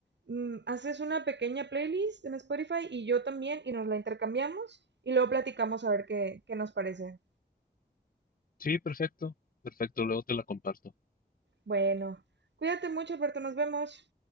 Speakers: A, on the right (about 80°); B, on the left (about 55°).
A: Mm, haces una pequeña playlist en Spotify y yo también, y nos la intercambiamos y luego platicamos a ver qué, qué nos parece.
B: Sí, perfecto, perfecto, luego te la comparto.
A: Bueno, cuídate mucho, Alberto, nos vemos.